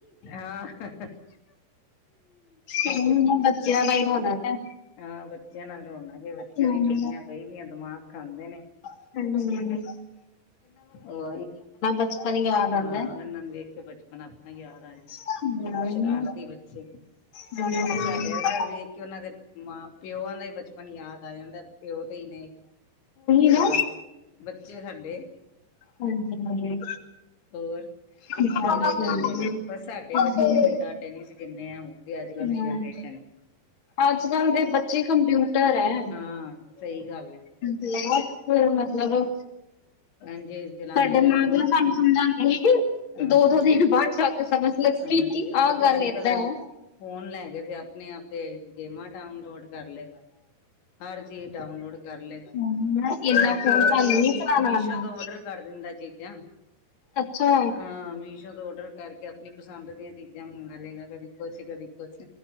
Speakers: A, on the left (about 85°); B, on the left (about 35°).
A: ਹਾਂ ਹੋਰ
B: ਹਮ
A: ਕੀ
B: ਬੱਚਿਆਂ ਬਾਈ ਹੋਦਾ ਤੇ
A: ਹਾਂ ਬੱਚਿਆਂ ਨਾਲ ਰੋਣਾਗੇ ਬੱਚਿਆਂ
B: ਹਮ
A: ਦੀਆਂ ਛੁੱਟੀਆਂ ਕਈਦੀਆਂ ਦਿਮਾਗ ਖਾਂਦੇ ਨੇ
B: ਹਮ
A: ਉਹ
B: ਬਚਪਨ ਯਾਦ ਆਉਂਦਾ
A: ਹਾਂ ਇਹਨਾਂ ਨੂੰ ਵੇਖ ਕੇ ਬਚਪਨ ਆਪਣਾ ਯਾਦ ਆ ਜਾਂਦਾ
B: ਹਮ
A: ਸ਼ਰਾਰਤੀ ਬੱਚੇ
B: ਉਹੀ
A: ਸਾਡੇ ਅਦਰ ਵੀ ਕਿ ਉਹਨਾਂ ਦੇ ਮਾਂ ਪਿਓ ਦਾ ਬਚਪਨ ਯਾਦ ਆ ਜਾਂਦਾ ਪਿਓ ਤੇ ਹੀ ਨੇ ਸ਼ਰਾਰਤੀ
B: ਨਾ
A: ਬੱਚੇ ਸਾਡੇ
B: ਹਾਂਜੀ- ਹਾਂਜੀ
A: ਹੋਰ
B: ਹਾਂਜੀ
A: ਬੜੇ ਡਾਡੇ ਨੇ ਪਰ ਸਾਡੇ
B: ਹਾਂਜੀ
A: ਬੱਚੇ ਇੰਨੇ ਡਾਡੇ ਨਹੀਂ ਸੀ ਜਿ ਆ ਹੁਣ ਵੀ ਅੱਜ ਕੱਲ੍ਹ
B: ਹਮ,
A: ਦੀ ਜਨਰੇਸ਼ਨ ਛ
B: ਅੱਜ ਕੱਲ੍ਹ ਦੇ ਬੱਚੇ ਕੰਪਿਊਟਰ ਹੈ
A: ਹਾਂ ਸਹੀ ਗੱਲ ਹੈ
B: ਬਹੁਤ ਫੇਰ ਮਤਲਬ
A: ਹਾਂਜੀ ਦਿਲਾਂਦੇ
B: ਸਾਡੇ
A: ਨੇ
B: ਮਾਂ
A: ਫੋਨ
B: ਪਿਤਾ
A: ਫੂਨ
B: ਸਾਨੂੰ ਸਮਝਾਉਂਦੇ ਸੀ
A: ਹਾਂ
B: ਦੋ- ਦੋ ਦਿਨ ਬਾਅਦ ਜਾ ਕੇ ਸਮਝ ਲੱਗੀ
A: ਸਮਝਦੇ
B: ਕੀ
A: ਉਹ
B: ਆਹ
A: ਤੇ
B: ਗੱਲ
A: ਅੱਜ
B: ਏਦਾਂ
A: ਕੱਲ
B: ਅ।
A: ਫੋਨ ਲੈ ਗ ਤੇ ਆਪਣੇ ਆਪ ਤੇ ਗੇਮਾਂ ਡਾਊਨਲੋਡ ਕਰ ਲਏਗਾ ਹਰ ਚੀਜ਼ ਡਾਊਨਲੋਡ ਕਰ ਲਏਗਾ
B: ਹਾਂ ਇੰਨਾ
A: ਹੋਰ ਤੇ
B: ਫੋਨ
A: ਹੋਰ
B: ਸਾਨੂੰ
A: ਅਗਲਾ
B: ਨੀ
A: ਮ
B: ਚਲਾਣਾ
A: ਮੀਸ਼ੋ
B: ਆਂਦਾ।
A: ਤੋਂ ਓਡਰ ਕਰ ਦਿੰਦਾ ਚੀਜ਼ਾਂ
B: ਅੱਛਾ।
A: ਹਾਂ ਮੀਸ਼ੋ ਔਡਰ ਕਰਕੇ ਆਪਣੀ ਪਸੰਦ ਦੀਆਂ ਚੀਜ਼ਾਂ ਮੰਗਵਾ ਲਏਗਾ ਕਦੀ ਕੁਛ ਕਦੀ ਕੁਛ